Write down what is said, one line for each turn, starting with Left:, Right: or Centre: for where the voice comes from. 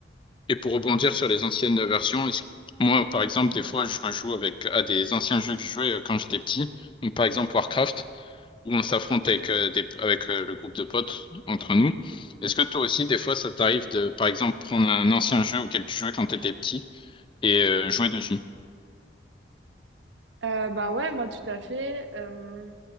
Left: Et pour rebondir sur les anciennes versions, est-ce- moi, par exemple, des fois, je rejoue avec à des anciens jeux que je jouais euh, quand j'étais petit. Donc, par exemple, Warcraft où on s'affronte avec, euh, des, avec euh, le groupe de potes entre nous. Est-ce que toi aussi, des fois, ça t'arrive de, par exemple, prendre un ancien jeu auquel tu jouais quand t'étais petit et euh, jouer dessus?
Right: Euh, bah ouais, moi tout à fait. Euh,